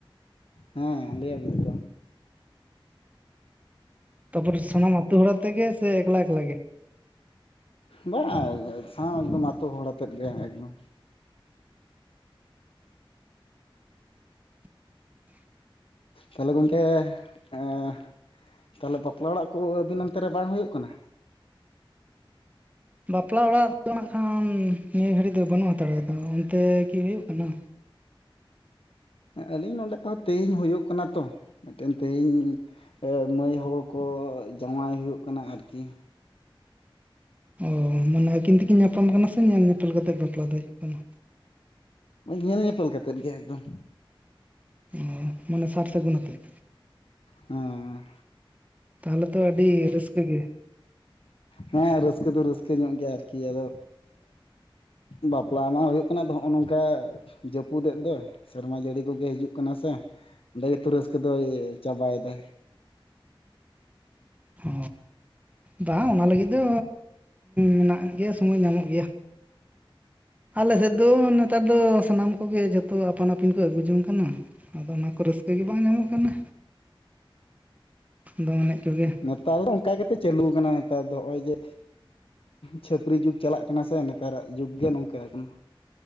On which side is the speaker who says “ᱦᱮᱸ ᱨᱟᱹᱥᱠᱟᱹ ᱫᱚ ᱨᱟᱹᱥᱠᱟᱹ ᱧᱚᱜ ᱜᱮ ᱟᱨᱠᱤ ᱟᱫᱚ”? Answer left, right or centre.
Left